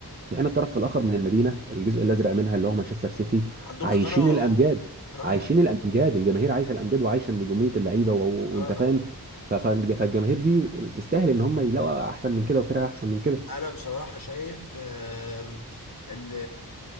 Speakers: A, on the right; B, on the left.
A: في حين الطرف الاخر من المدينه الجزء الازرق منها اللي هو مانشستر سيتي
B: عندهم
A: عايشين
B: اداره
A: الامجاد
B: اه
A: عايشين الامجاد الجماهير عايشه الامجاد وعايشه نجوميه اللعيبه و-
B: اه
A: وانت
B: آه.
A: فاهم ف- ف- فالجماهير دي تستاهل ان هم يلاقوا احسن من كده وفرقه احسن من كده
B: انا بصراحه شايف آم، ان